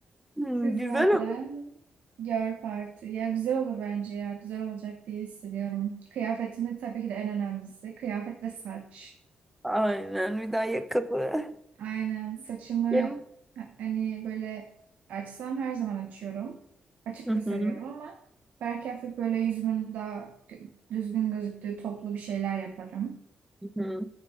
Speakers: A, in the centre; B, on the right.
A: Hmm,
B: Kızlarla.
A: güzel olur.
B: Girl Party. Ya güzel olur bence ya. Güzel olacak diye hissediyorum. Kıyafetimi tabii ki de en önemlisi. Kıyafet ve saç.
A: Aynen. Bir daha yakalı.
B: Aynen. Saçımı
A: Yem-
B: ha- hani böyle açsam her zaman açıyorum. Açık
A: Hı hı.
B: da seviyorum ama belki hafif böyle yüzümün daha gö- düzgün gözüktüğü toplu bir şeyler yaparım.
A: Hı hı.